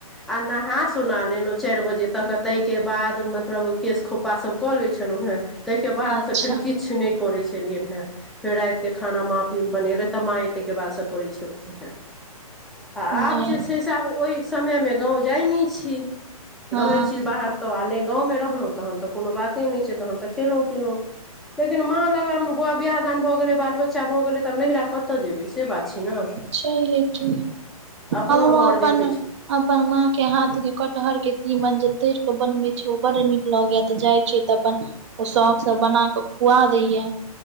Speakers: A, in the centre; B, on the right.
A: आ नहा सोना लेनहु चारि बजे तक आ तई के बाद मतलब केश खोपा सब कऽ लै छलहुँ हेँ तइके बाद
B: अच्छा
A: से फेर किछु नहि करैत छलियनि हेँ फेर राति के खाना माँ पी बनेलथि तऽ माय ए तै के बाद से करै छलखिन हें आ
B: नहि
A: आब जे छैय से आब ओहि समय मे गांव जाय नै छी रहे
B: हँ
A: छी बाहर तो आ नै गाँवमे रहलहुँ तहन तऽ कोनो बाते नहि छै तहन तऽ खेलहुँ पीलहुं लेकिन माँ लंग मे आब बौआ बियाह दान भए गेले बाल बच्चा भऽ गेले तब नैहरा क कतऽ जेबै से बात छैय ने
B: छैहे कि
A: अपनो
B: हमरो
A: घर
B: अपन
A: देखै छै
B: अपन माँ के हाथ के कटहर के तीमन जे तैर क बनवे छैय ओ बड़ नीक लगैय तो जाय छियै तऽ अपन ओ शौक से बना कऽ खुआ दैया